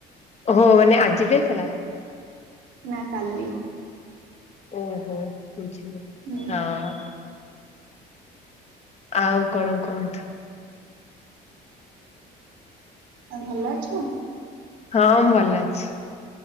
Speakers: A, on the left; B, on the right.
A: ଓହୋ ମାନେ ଆଜି ଯାଇଥିଲା।
B: ନା କାଲି।
A: ଓହୋ ବୁଝିଲି।
B: ହୁଁ
A: ହଁ ଆଉ କଣ କଣ?
B: ଆଉ ଭଲ ଅଛ
A: ହଁ ମୁଁ ଭଲ ଅଛି